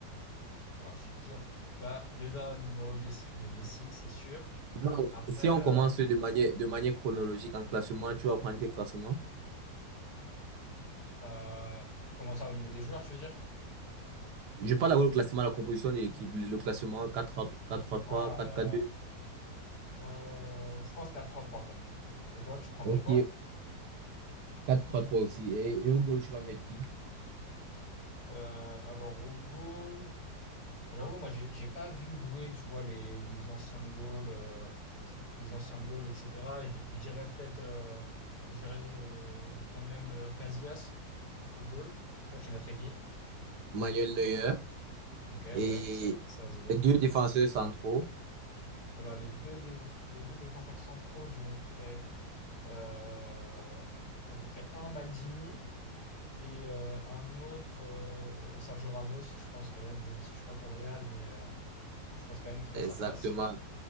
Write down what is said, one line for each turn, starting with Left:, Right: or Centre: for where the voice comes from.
Left: ouah, c'est dur. Bah, déjà, numéro 10, je mets Messi, c'est sûr.
Right: Non,
Left: Après,
Right: si on
Left: euh,
Right: commence de manière, de manière chronologique en classement, tu vas prendre quel classement?
Left: euh, comment ça, au niveau des joueurs, tu veux dire?
Right: Je parle d'abord le classement, la composition de l'équipe, le classement quatre trois trois
Left: Ah,
Right: quatre quatre deux
Left: euh, euh, je pense quatre trois 3 quand même. Et toi, tu prendrais
Right: Ok,
Left: quoi?
Right: quatre trois trois aussi. Et, et au goal, tu vas mettre qui?
Left: Euh, alors, au goal, Bon, j'avoue, moi, j'ai j'ai pas vu jouer, tu vois, les, les anciens goals, euh, les anciens goals, etc. Je je dirais peut-être, euh, je dirais euh, quand même euh, Casillas au goal. Toi, tu mettrais qui?
Right: Manuel Neuer
Left: Ok, ouais,
Right: et
Left: ça, ça se vaut.
Right: les deux défenseurs centraux.
Left: Alors, les deux, déf- les deux défenseurs centraux, je mettrais, euh, j'en mettrais un Maldini et euh, un autre euh, Sergio Ramos, je pense quand même, même si je suis pas pour le Real, mais euh, je pense quand même qu'il
Right: Exactement.
Left: a sa place.